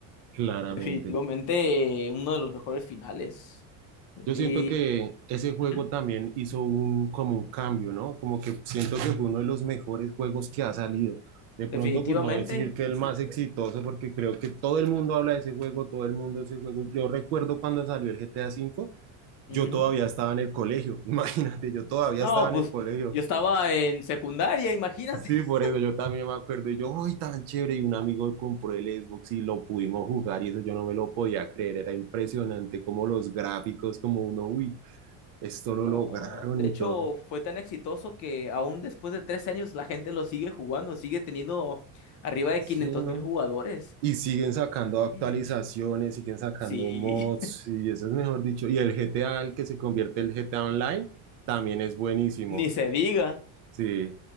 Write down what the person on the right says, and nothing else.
claramente.
Yo
siento que ese juego
también hizo un, como un cambio, ¿no? Como que siento que fue uno de los mejores juegos que ha salido. De pronto,
por no decir que el más exitoso, porque creo que todo el mundo habla de ese juego, todo el mundo de ese juego. Yo recuerdo cuando salió el G T A V,
yo todavía estaba en el colegio, <laughs> imagínate, yo todavía
estaba en
el colegio.
Sí, por
eso yo también me acuerdo, y yo, uy, tan chévere, y un amigo compró el Xbox y lo pudimos jugar, y eso yo no me lo podía creer, era impresionante como los gráficos, como uno, uy esto lo
lograron
y
todo.
Sí,
¿no?
Y siguen sacando
actualizaciones,
siguen sacando
mods, y eso es mejor dicho. Y el GTA, el que se convierte en el GTA Online, también es buenísimo.
Sí.